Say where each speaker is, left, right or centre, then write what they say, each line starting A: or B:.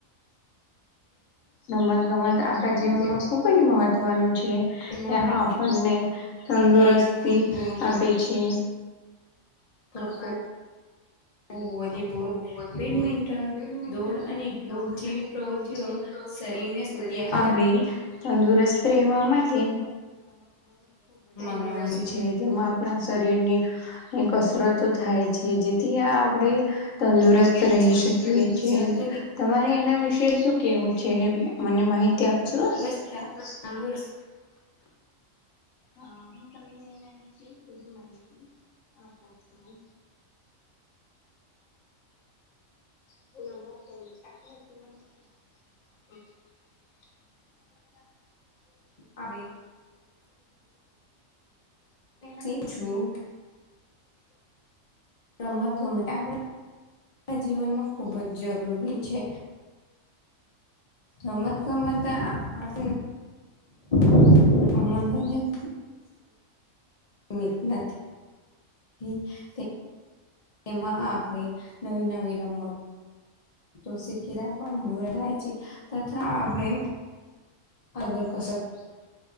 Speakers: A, on the left (about 75°); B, on the left (about 40°).
A: રમત ગમત આપણા જીવનમાં
B: છીએ
A: ખુબ જ મહત્વનું છે
B: તેમાં
A: ત્યાં
B: આપણે
A: આપણને તંદુરસ્તી
B: ક્રિકેટ ફૂટબોલ
A: આપે છે
B: તર વોલીબોલ બેડમિન્ટન દોડ અને યોગ જેવી પ્રવૃત્તિઓ હ શરીર
A: આપણે તંદુરસ્ત રહેવા માટે
B: ને <inaudible>
A: જે જેમાં આપણા શરીર ની કસરતો થાય છે જેથી આ આપડે તંદુરસ્ત
B: મુશ્કેલ
A: રહી
B: છે
A: શકીએ છે
B: સંતુલિત
A: તમારે એના વિશે શું કેવું છે મને માહિતી ટી આપજો
B: સ્વચ્છતા તંદુરસ્ત
A: હા હું તમને એના વિશે થોડી માહિતી આપું છું <inaudible> <inaudible>
B: <inaudible> કેમ છો
A: હ <inaudible>
B: રમત ગમત આપને માં જીવનમાં ખૂબ જ જરૂરી છે રમત ગમત આપ <inaudible> મનોરંજન <unintelligible> નથી <inaudible> તેમાં આપણે નવી નવી રમત તો <unintelligible> મનાય છે તથા આપણે અલગ કસ
A: <inaudible>